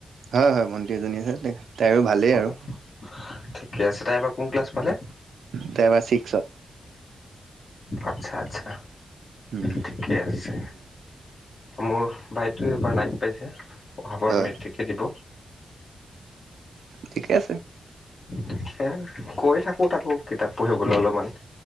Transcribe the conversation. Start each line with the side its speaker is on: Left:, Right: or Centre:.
Right: হয় হয় ভণ্টি এজনী আছে তাইৰো ভালেই
Left: অঁ
Right: আৰু।
Left: ঠিকে আছে তাই এইবাৰ কোন ক্লাছ পালে?
Right: তাই এইবাৰ চিক্সত।
Left: আচ্ছা আচ্ছা
Right: উম
Left: ঠিকে আছে। মোৰ ভাইটোৱে এইবাৰ নাইন পাইছে। অহাবাৰ
Right: হয়
Left: মেট্ৰিকে দিব।
Right: ঠিকে আছে
Left: তাকে কৈ থাকোঁ তাকো কিতাপ পঢ়িবলৈ অলপমান।